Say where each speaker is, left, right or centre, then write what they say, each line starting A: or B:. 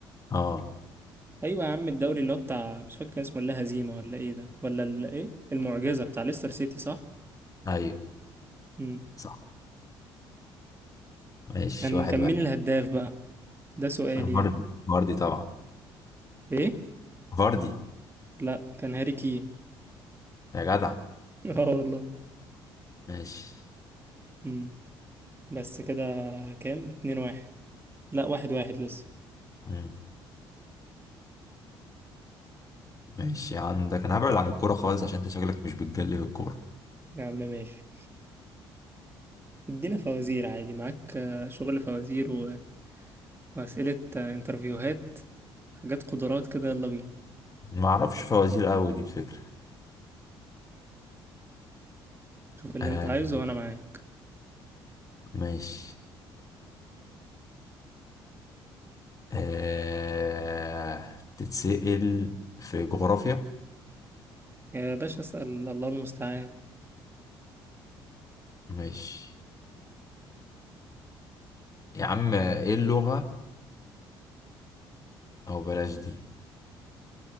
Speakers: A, on the left (about 30°); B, on the right (about 20°).
A: أه
B: ايوه يا عم الدوري اللي هو بتاع مش فاكر كان اسمه ولا هزيمه ولا ايه ده ولا ال- ايه المعجزه بتاع ليستر سيتي صح
A: أيوه
B: امم
A: صح ماشي
B: كان
A: واحد
B: كان
A: واحد
B: مين الهداف بقى ده سؤالي
A: فاردي
B: يلا
A: فاردي طبعا
B: ايه
A: فاردي
B: لا كان هاري كين
A: يا جدع
B: <laughs> اه والله
A: ماشي
B: امم بس كده كام اتنين واحد لا واحد واحد لسه
A: مم. ماشي عندك انا هبعد عن الكورة خالص عشان انت شكلك مش بتجلي في الكورة
B: يا عم ماشي ادينا فوازير عادي معاك آه، شغل فوازير و... واسئله آه، انترفيوهات حاجات قدرات كده يلا بينا
A: ما اعرفش فوازير قوي دي الفكرة
B: شوف اللي
A: آه
B: انت عايزه وانا معاك
A: ماشي آه تتسأل في جغرافيا
B: يا باشا اسال الله المستعان
A: ماشي يا عم ايه اللغة او بلاش دي